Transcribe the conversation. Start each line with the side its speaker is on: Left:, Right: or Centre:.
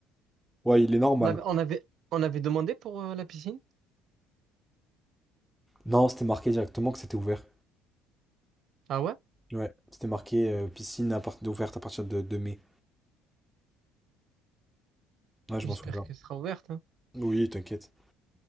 Centre: Ouais, il est normal.
Right: On avait, on avait, on avait demandé pour euh, la piscine?
Centre: Non, c'était marqué directement que c'était ouvert.
Right: Ah ouais?
Centre: Ouais, c'était marqué euh, piscine à partir ouverte à partir de, de mai. Ouais, je
Right: J'espère
Centre: m'en souviens.
Right: qu'elle sera ouverte. hein.
Centre: Oui, t'inquiète.